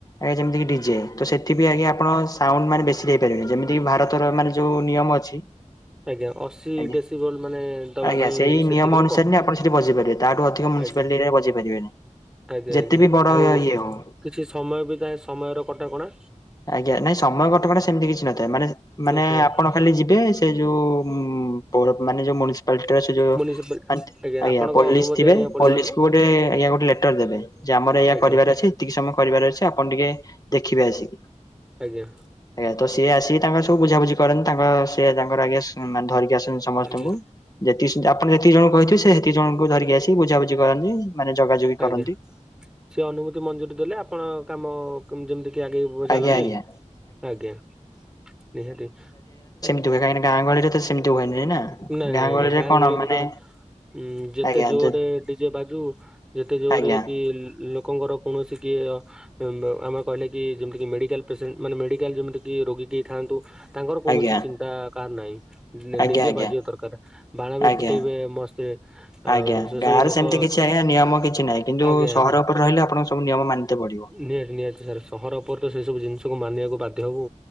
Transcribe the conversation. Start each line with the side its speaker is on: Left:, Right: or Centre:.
Left: ଆଜ୍ଞା, ଯେମିତିକି ଡିଜେ ତ ସେଥି ବିି ଆଜ୍ଞା ଆପଣ ସାଉଣ୍ଡ ମାନେ ବେଶୀ ହେଇପାରିବେନି। ଯେମିତି ଭାରତର ମାନେ ଯୋଉ ନିୟମ ଅଛି।
Centre: ଆଜ୍ଞା ଅଶୀ
Left: ଆଜ୍ଞା
Centre: ଡେସିିବଲ୍ ମାନେ ଦବା
Left: ଆଜ୍ଞା
Centre: ପାଇଁ
Left: ସେଇ
Centre: ସେତିକିରୁ
Left: ନିୟମ ଅନୁସାରେ
Centre: କମ୍।
Left: ହିଁ ଆପଣ ସେଠି ବଜେଇ ପାରିବେ। ତାଠୁ ଅଧିକ ମୁୁନିସିପାଲିଟି
Centre: ଆଜ୍ଞା
Left: ଏରିଆରେ ବଜେଇ ପାରିବେନି।
Centre: ଆଜ୍ଞା,
Left: ଯେତେ
Centre: ଆଜ୍ଞା
Left: ବି ବଡ଼
Centre: ଆଉ
Left: ଇଏ ହଉ
Centre: କିଛି ସମୟ ବି ତାଏ ସମୟର କଟକଣା।
Left: ଆଜ୍ଞା ନାଇଁ ସମୟ କଟକଣା ସେମିତି କିଛି ନଥାଏ। ମାନେ ମାନେ
Centre: ନଥାଏ
Left: ଆପଣ ଖାଲି ଯିବେ ସେ ଯୋଉ ଉଁ, ପୌର ମାନେ ଯୋଉ ମୁନିସିପାଲିଟି ଟା ସେ ଯୋଉ
Centre: ମୁନିସିପାଲ
Left: ଆଣ୍ଟ୍ ଆଜ୍ଞା
Centre: ଆପଣଙ୍କ
Left: ପୋଲିସ୍
Centre: ଅନୁମତି
Left: ଥିବେ।
Centre: ଆଣିବାକୁ ପଡିବ
Left: ପୋଲିସ୍
Centre: ଆଗେ
Left: କୁ ଗୋଟେ ଆଜ୍ଞା ଗୋଟେ ଲେଟର୍ ଦେବେ ଯେ ଆମର ଏଇୟା
Centre: ଆଜ୍ଞା
Left: କରିବାର ଅଛି। ଏତିକି ସମୟ କରିବାର ଅଛି ଆପଣ ଟିକେ ଦେଖିବେ ଆସିକି।
Centre: ଆଜ୍ଞା।
Left: ଆଜ୍ଞା ତ ସିଏ ଆସିକି ତାଙ୍କର ସବୁ ବୁଝାବୁଝି କରନ୍ତି। ତାଙ୍କ ସେ ତାଙ୍କର ଆଜ୍ଞା ଏ ମାନେ ଧରିକି ଆସନ୍ତି ସମସ୍ତଙ୍କୁ
Centre: ଆଜ୍ଞା
Left: ଯେତିକି ସି- ଆପଣ ଯେତିକି ଜଣ କହିଥିବେ ସେ ତିକି ଜଣଙ୍କୁ ଧରିକି ଆସି ବୁଝାବୁଝି କରନ୍ତି ମାନେ ଜଗା ଜଗି କରନ୍ତି।
Centre: ଆଜ୍ଞା ସେ ଅନୁମତି ମଞ୍ଜୁରୀ ଦେଲେ ଆପଣ କାମ କିମ୍ ଯେମିତି କି ଆଗେଇ ବ-ଚାଲନ୍ତି
Left: ଆଜ୍ଞା ଆଜ୍ଞା
Centre: ଆଜ୍ଞା, ନିହାତି।
Left: ଏବେ କାହିଁକି ନା ଗାଁ ଗହଳି ରେ ତ ସି ସେମତି ହୁଏ ନାଇ ନା।
Centre: ନାଇଁ
Left: ଗାଁ
Centre: ନାଇଁ
Left: ଗହଳିରେ
Centre: ଆଜ୍ଞା ଗାଁ
Left: କଣ
Centre: ଗହଳିରେ
Left: ମାନେ
Centre: ତ ଉଁ, ଯେତେ
Left: ଆଜ୍ଞା
Centre: ଜୋରରେ
Left: ଯ
Centre: ଡିଜେ ବାଜୁ ଯେତେ ଜୋରରେ
Left: ଆଜ୍ଞା
Centre: କି ଲୋ କଙ୍କର କୌଣସି କି ଅ ଏମ୍ବ ଆମର କହିଲେ କି ଯେମିତି ମେଡିକାଲ୍ ପେସେଣ୍ଟ, ମାନେ ମେଡିକାଲ୍ ଯେମିତିକି ରୋଗୀ ଟି ଥାଆନ୍ତୁ। ତାଙ୍କର କୌଣସି
Left: ଆଜ୍ଞା
Centre: ଚିନ୍ତା କାଆର ନାଇ। ନେ
Left: ଆଜ୍ଞା
Centre: ଡିଜେ
Left: ଆଜ୍ଞା
Centre: ବା ଯେ ଦରକାର ବାଣ ବି
Left: ଆଜ୍ଞା
Centre: ଫୁଟେଇବେ ମସ୍ତେ, ଆଉ
Left: ଆଜ୍ଞା
Centre: ସେ
Left: ଗାଁରେ
Centre: ସବୁ ଲୋକ
Left: ସେମିତି କିଛି ଆଜ୍ଞା ନିୟମ କିଛି ନାହିଁ କିନ୍ତୁ
Centre: ଆଜ୍ଞା,
Left: ସହର
Centre: ଆଜ୍ଞା
Left: ଉପରେ ରହିଲେ ଆପଣଙ୍କୁ ସବୁ ନିୟମ ମାନିତେ ପଡିବ।
Centre: ନିହାତି, ନିହାତି ସାର୍। ସହର ଉପରେ ତ ସେ ସବୁ ଜିନିଷକୁ ମାନିବାକୁ ବାଧ୍ୟ ହବୁ।